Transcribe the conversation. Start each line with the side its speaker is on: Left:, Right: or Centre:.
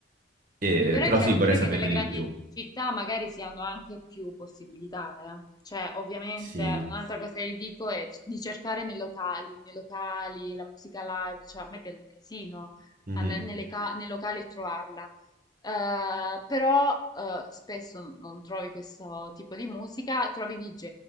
Right: Eh,
Left: Però
Right: però
Left: è chiaro
Right: sì, vorrei
Left: pure
Right: saperne
Left: che nelle grandi
Right: di più.
Left: città magari si hanno anche più possibilità, eh. Cioè, ovviamente,
Right: Sì,
Left: un'altra Sì, cosa che dico è c- di cercare nei locali, nei locali, la musica live, cioè a me piace un casino
Right: Mhm.
Left: andare nelle ca- mm, nei locali e trovarla. Eh, però eh, spesso non trovi questo tipo di musica, trovi DJ,